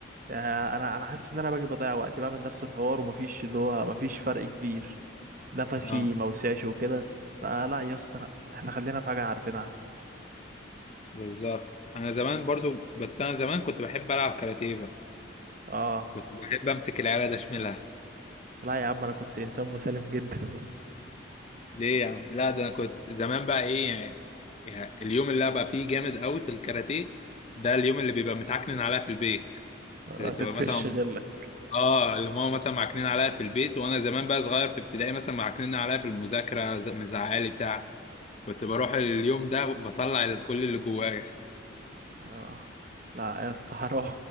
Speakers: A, on the right; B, on the left.
A: آه، انا انا حاسس ان انا باجي بضيع وقتي بعمل نفس الحوار ومفيش اللي هو مفيش فرق كبير نفسي
B: اه
A: ما وسعش وكده فلا يا اسطى لا احنا خلينا في حاجه عارفينها احسن
B: بالظبط انا زمان برضو بس انا زمان كنت بحب العب كاراتيه بقى
A: اه
B: كنت بحب امسك العيال ده اشملها
A: لا يا عم انا كنت انسان مسالم جدا <laughs>
B: ليه يا عم لا ده انا كنت زمان بقى ايه يعني يعني اليوم اللي ابقى فيه جامد قوي في الكاراتيه ده اليوم اللي بيبقى متعكنن عليها في البيت
A: ما
B: اللي بتبقى
A: بتفش
B: مثلا
A: غيرك
B: اه اللي ماما مثلا معكنين عليها في البيت وانا زمان بقى صغير في ابتدائي مثلا معكنين عليها في المذاكره ز- مزعلي بتاع كنت بروح اليوم ده بطلع كل اللي جوايا
A: اه لا يا اسطى حرام